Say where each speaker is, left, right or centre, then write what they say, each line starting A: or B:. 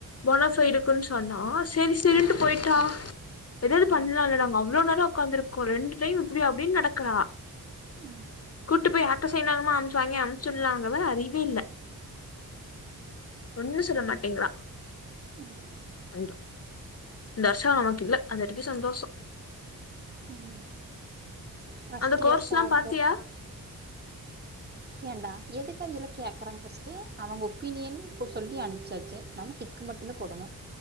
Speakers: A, on the left; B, on the right.
A: போனஃபைடுக்குன்னு சொன்னோ செரி செரின்ட்டு
B: ம்
A: போயிட்டா எதாவது பண்ணலாலடா
B: ம்
A: நாங்க அவ்ளோ நேரோ உக்காந்திருக்கோ ரெண்டு டைம் இப்டி அப்டின்னு நடக்கறா
B: ம்
A: கூட்டு போய் யார்ட்ட சைன் வாங்கனுமோ அமுச்சு வாங்கி அமுச்சுடலாங்கவ அறிவே இல்ல ஒண்ணு சொல்ல மாட்டீங்கறா
B: ம்
A: ண்றா இந்த வருஷோ அவன்க்கில்ல அதுவரைக்கு சந்தோஷோ
B: ம் ஃபர்ஸ்ட்
A: அந்த கோர்ஸ்
B: இயர்ஸ்
A: எல்லா
B: ஆக
A: பாத்தியா
B: ஏண்டா எதுக்கு அதயல்லா கேக்கறாங்க பஸ்ட்டு அவுங்க ஒப்பீனியன் இப்ப சொல்லி அனுப்பிச்சாச்சு நம்ம டிக்கு மட்டுந்தா போடணு